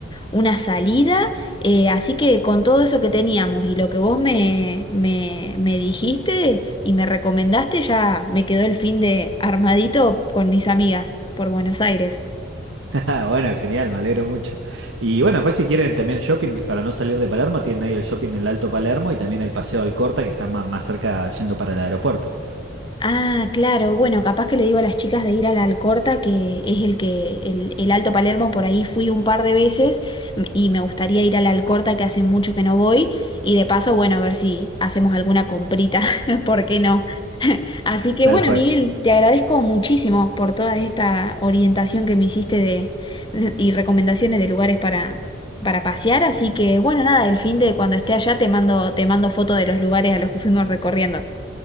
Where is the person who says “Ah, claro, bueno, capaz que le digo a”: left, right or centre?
Left